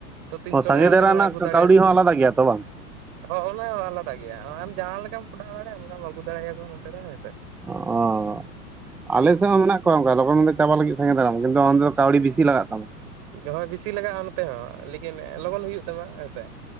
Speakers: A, on the right; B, in the centre.
A: ᱛᱚ ᱛᱤᱱᱥᱚ
B: ᱥᱟᱸᱜᱮ
A: ᱴᱟᱠᱟ ᱠᱟᱛᱮᱱ
B: ᱫᱷᱟᱨᱟ
A: ᱦᱚᱸᱭ
B: ᱨᱮᱱᱟᱜ
A: ᱟᱜᱩ ᱫᱟᱲᱮᱭᱟ
B: ᱠᱟᱹᱣᱰᱤ
A: ᱠᱚ
B: ᱦᱚᱸ
A: ᱠᱷᱟᱡ
B: ᱟᱞᱟᱫᱟ
A: ᱾
B: ᱜᱮᱭᱟ ᱛᱚ ᱵᱟᱝ
A: ᱦᱚ ᱚᱱᱟ ᱦᱚᱸ ᱟᱞᱟᱫᱟ ᱜᱮᱭᱟ ᱟᱢ ᱡᱟᱦᱟᱸ ᱞᱮᱠᱟᱢ ᱯᱚᱴᱟᱣ ᱫᱟᱲᱮᱭᱟ ᱚᱱᱠᱟᱢ ᱟᱜᱩ ᱫᱟᱲᱮ ᱭᱟᱠᱚᱣᱟ ᱱᱚᱛᱮ ᱫᱚ ᱦᱮᱸ ᱥᱮ ᱾
B: ᱚᱻ ᱟᱞᱮ ᱥᱮᱜ ᱦᱚᱸ ᱢᱮᱱᱟᱜ ᱠᱚᱣᱟ ᱚᱱᱠᱟ ᱞᱚᱜᱚᱱ ᱜᱮ ᱪᱟᱵᱟ ᱞᱟᱹᱜᱤᱫ ᱥᱟᱸᱜᱮ ᱫᱟᱨᱟᱢ ᱠᱤᱱᱛᱩ ᱟᱢ ᱫᱚ ᱠᱟᱣᱰᱤ ᱵᱤᱥᱤ ᱞᱟᱜᱟᱜ ᱛᱟᱢᱟ ᱾
A: ᱦᱚᱭ ᱵᱤᱥᱤ ᱞᱟᱜᱟᱜ-ᱟ ᱱᱚᱛᱮ ᱦᱚᱸ ᱞᱮᱠᱤᱱ ᱮ ᱞᱚᱜᱚᱱ ᱦᱩᱭᱩᱜ ᱛᱟᱢᱟ ᱦᱮᱸ‌ᱥᱮ ᱾